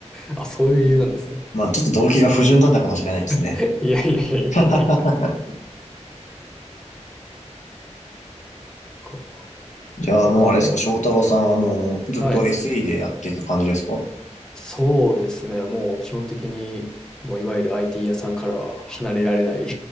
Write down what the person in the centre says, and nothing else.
あ、<laughs> あ、そういう理由なんですね。
<laughs> いやいやいやいやいや
こう、
なかなか、え、
はい。
そうですね、もう基本的に、もういわゆる IT 屋さんからは離れられない